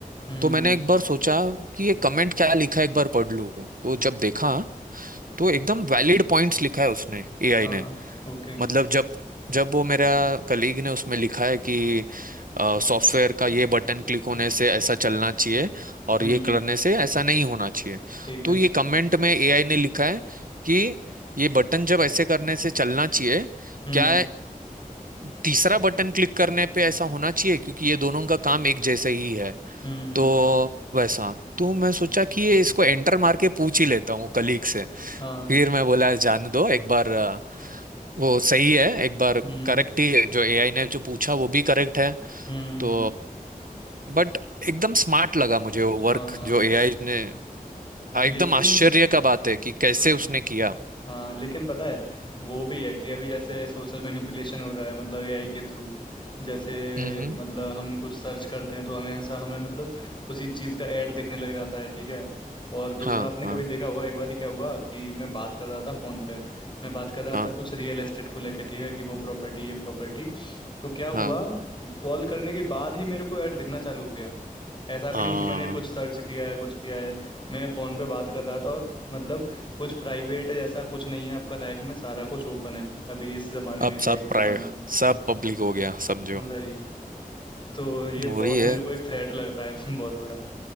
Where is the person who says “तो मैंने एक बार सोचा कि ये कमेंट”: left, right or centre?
Right